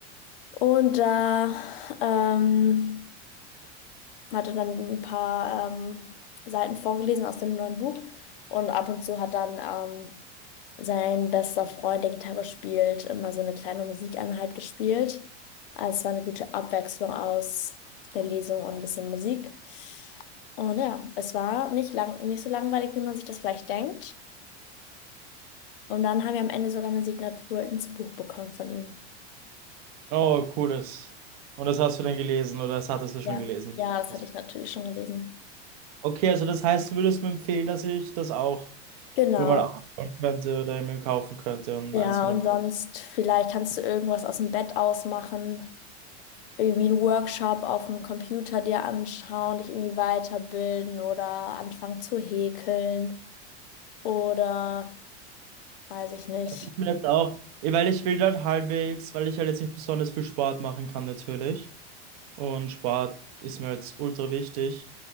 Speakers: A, on the left; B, on the right.
A: Und da ähm, hat er dann ein paar ähm, Seiten vorgelesen aus dem neuen Buch. Und ab und zu hat dann ähm, sein bester Freund, der Gitarre spielt, immer so eine kleine Musikeinheit gespielt. Also es war eine gute Abwechslung aus der Lesung und ein bisschen Musik. Und ja, es war nicht lang, nicht so langweilig, wie man sich das vielleicht denkt. Und dann haben wir am Ende sogar eine Signatur ins Buch bekommen von ihm.
B: oh, cool, das. Und das hast du denn gelesen oder das hattest du schon
A: Ja,
B: gelesen?
A: ja, das
B: Das,
A: hatte ich natürlich schon gelesen.
B: okay, also das heißt, du würdest mir empfehlen, dass ich das auch
A: Genau.
B: mir mal aufbauen könnte oder mir kaufen könnte und
A: Ja,
B: eins von
A: und
B: dem.
A: sonst, vielleicht kannst du irgendwas aus dem Bett ausmachen. irgendwie einen Workshop auf dem Computer dir anschauen, dich irgendwie weiterbilden oder anfangen zu häkeln oder weiß ich nicht.
B: Also ich mir jetzt auch, weil ich will halt halbwegs, weil ich halt jetzt nicht besonders viel Sport machen kann natürlich. und Sport ist mir jetzt ultra wichtig,